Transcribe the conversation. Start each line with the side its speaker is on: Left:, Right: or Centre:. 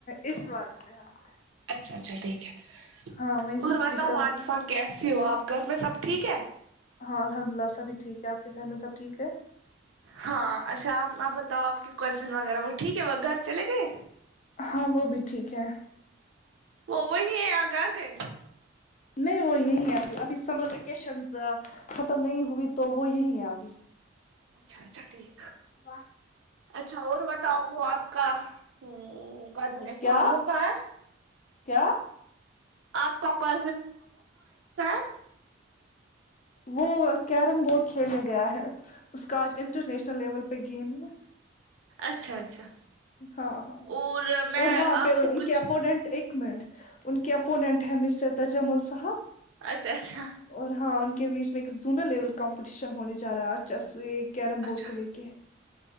Left: اس والے سے یہاں سے
Right: اچھا اچھا ٹھیک ہے
Left: ہاں وہیں
Right: اور
Left: سے اسپیکر
Right: بتاؤ
Left: ہوتا
Right: آطفا
Left: ہے۔
Right: کیسی ہو آپ گھر میں سب ٹھیک ہے
Left: ہاں الحمد للہ سبھی ٹھیک ہے آپ کے گھر میں سب ٹھیک ہے
Right: ہاں اچھا آپ بتاؤ آپ کی کزن وغیرہ وہ ٹھیک ہے وہ گھر چلے گئے
Left: ہاں وہ بھی ٹھیک ہے
Right: وہ وہی ہے یہ گھر گئے
Left: نہیں وہ یہی ہے ابھی ابھی سمر ویکیشنز ختم نہیں ہوئی تو وہ یہی ہے ابھی
Right: اچھا اچھا ٹھیک
Left: واہ واہ
Right: اچھا اور بتاؤ وہ آپ کا ہمم کزن افامو
Left: کیا
Right: کا ہے
Left: کیا
Right: اپ کا <unintelligible>
Left: وہ کیرم بورڈ کھیلنے گیا ہے اس کا آج انٹرنیشنل لیول پہ گیم ہے
Right: اچھا اچھا
Left: ہاں ہاں
Right: اور میں
Left: اور وہاں
Right: آپ
Left: پہ
Right: سے
Left: ان
Right: کچھ
Left: کے اپووننٹ ایک ان کے اپوننٹ ہے مسٹر تجمل صاحب
Right: اچھا اچھا
Left: اور ہاں ان کے بیچ میں ایک زونل لیول کمپٹیشن ہونے جا رہا ہے چیس یہ کیرم بورڈ
Right: اچھا
Left: کو لے کے